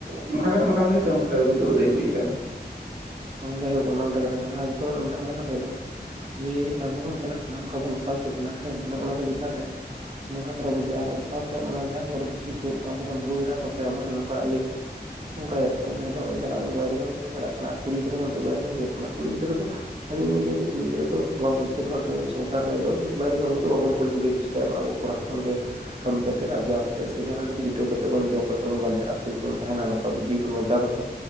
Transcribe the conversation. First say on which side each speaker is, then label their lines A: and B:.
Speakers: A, on the right (about 65°); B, on the right (about 35°).
A: ᱚᱱᱠᱟ ᱠᱟᱛᱮᱜ ᱢᱚᱴᱟᱢᱩᱴᱤ ᱠᱟᱹᱣᱰᱤ ᱫᱚ ᱟᱹᱫᱟᱹᱭ ᱦᱩᱭ ᱠᱟᱱᱟ᱾
B: ᱡᱟᱭ ᱦᱳᱠ ᱚᱱᱟ ᱢᱤᱫᱴᱟᱜ ᱠᱟᱛᱷᱟ ᱠᱟᱱᱟ, ᱟᱨ ᱡᱚᱛᱚ ᱠᱷᱚᱱᱟᱜ ᱢᱤᱫᱴᱟᱝ ᱢᱟᱨᱟᱝ ᱠᱟᱛᱷᱟ ᱦᱳᱭᱳᱜ ᱠᱟᱱᱟ ᱡᱮ ᱟᱵᱚ ᱵᱚᱱ ᱪᱟᱞᱟᱜ ᱠᱟᱱᱟ, ᱚᱱᱠᱟ ᱵᱚᱱ ᱱᱟᱥᱟᱣ ᱦᱚᱪᱚᱜ ᱠᱟᱱᱟ ᱦᱮᱸ, ᱱᱚᱜ ᱱᱚᱣᱟ ᱠᱚ ᱪᱮᱛᱟᱱ ᱨᱮ ᱱᱚᱝᱠᱟ ᱠᱟᱱᱟ ᱵᱩᱡᱩ ᱟᱨ ᱥᱟᱶᱛᱮ ᱚᱱᱟ ᱡᱟᱦᱟᱸ ᱟᱵᱚ ᱨᱮᱱ ᱠᱤᱪᱷᱩ ᱠᱤᱪᱷᱩ ᱟᱵᱚᱨᱮᱱ ᱵᱟᱦᱩ ᱮᱨᱟ ᱠᱚ, ᱥᱮ ᱟᱵᱚᱨᱮᱱ ᱱᱚᱝᱠᱟ ᱤᱭᱟᱹ ᱠᱚ ᱝᱠᱟᱭᱚᱜ ᱠᱚ ᱡᱟᱦᱟᱸ ᱫᱚ ᱦᱚᱸᱜᱚᱭ ᱪᱟᱞᱟᱜ ᱵᱚᱱ ᱵᱟᱭᱨᱮ ᱠᱟᱹᱢᱤ ᱵᱚᱱ ᱪᱟᱞᱟᱜ ᱠᱟᱱᱟ, ᱠᱩᱲᱤ ᱜᱤᱫᱽᱨᱟᱹ ᱦᱚᱸ ᱱᱤᱛᱚᱜ ᱵᱟᱭᱨᱮ ᱠᱟᱹᱢᱤ ᱠᱚ ᱪᱟᱞᱟᱜ ᱠᱟᱱᱟ ᱠᱩᱲᱤ ᱜᱤᱫᱽᱨᱟᱹ ᱫᱚ ᱟᱞᱤᱧ ᱞᱤᱧ ᱞᱟᱹᱭᱟ ᱡᱮ, ᱠᱩᱲᱤ ᱜᱤᱫᱽᱨᱟᱹ ᱫᱚ ᱵᱟ ᱵᱮᱥᱤᱨ ᱵᱷᱟᱜᱽ ᱥᱚᱝᱥᱟᱨ ᱨᱮᱫᱚ ᱵᱟᱭᱨᱮ ᱠᱟᱹᱢᱤ ᱫᱚ ᱵᱟᱵᱚᱱ ᱠᱩᱞ ᱠᱚᱜᱮ ᱪᱮᱥᱴᱟᱭᱟ ᱟᱵᱚ᱾ ᱠᱚᱲᱟ ᱦᱚᱯᱚᱱ ᱜᱮ, ᱠᱟᱹᱢᱤ ᱠᱟ ᱠᱟᱛᱮᱫ ᱟᱨᱡᱟᱣ ᱠᱟᱛᱮᱫ, ᱥᱮ ᱡᱟᱦᱟᱸ ᱞᱮᱠᱟ ᱠᱟᱛᱮᱫ ᱡᱩᱴᱟᱹᱣ ᱠᱟᱛᱮᱜ ᱵᱚᱱ ᱡᱚᱢ ᱠᱟᱛᱮᱜ ᱵᱚᱱ ᱵᱟᱧᱪᱟᱜᱼᱟ, ᱥᱮ ᱵᱚᱱ ᱛᱟᱦᱮᱱᱟ ᱱᱚᱝᱠᱟ ᱡᱤᱣᱤ ᱵᱚᱱ ᱵᱟᱧᱪᱟᱣ ᱛᱟᱵᱚᱱᱟ᱾